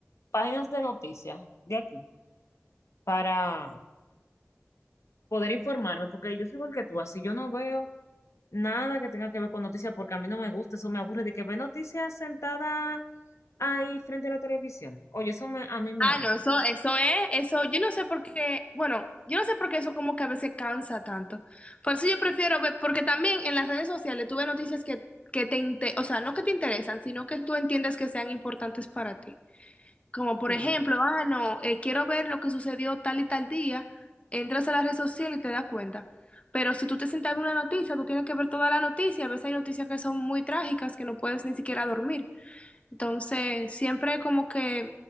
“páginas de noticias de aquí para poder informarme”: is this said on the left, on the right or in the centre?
Left